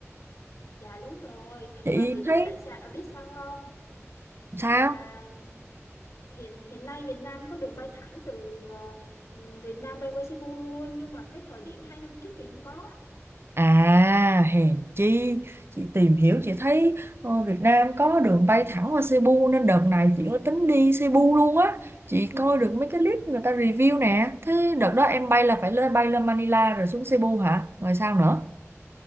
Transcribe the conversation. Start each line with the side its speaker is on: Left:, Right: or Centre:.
Left: Dạ đúng rồi,
Right: Chị
Left: mà chị biết
Right: thấy
Left: tại sao ờ, biết sao không?
Right: sao?
Left: là hiện hiện nay Việt Nam có đường bay thẳng từ ờ, ừm, Việt Nam bay qua Cebu luôn nhưng mà cái thời điểm hai năm trước thì không có
Right: À, hèn chi, chị tìm hiểu chị thấy ờ, Việt Nam có đường bay thẳng qua Cebu nên đợt này chị có tính đi Cebu luôn á. Chị coi được mấy cái clip người ta review nè. Thế đợt đó em bay là phải lên bay lên Manila rồi xuống Cebu hả? Rồi sao nữa?